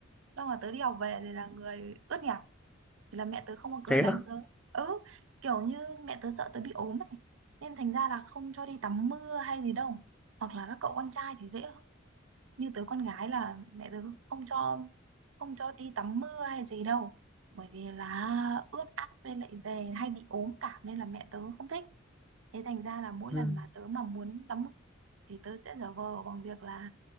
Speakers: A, on the right (about 70°); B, in the centre.
A: Xong là tớ đi học về thì là người ướt nhẹp. Thì là mẹ tớ không có cớ
B: <laughs> thế
A: để đánh
B: á?
A: tớ. Ừ, kiểu như mẹ tớ sợ tớ bị ốm này. Nên thành ra là không cho đi tắm mưa hay gì đâu. Hoặc là các cậu con trai thì dễ hơn như tớ con gái là mẹ tớ không cho không cho đi tắm mưa hay gì đâu bởi vì là ướt át với lại về hay bị ốm cảm nên là mẹ tớ không thích thế thành ra là mỗi
B: Ừm.
A: lần mà tớ mà muốn tắm mưa thì tớ sẽ giả vờ bằng việc là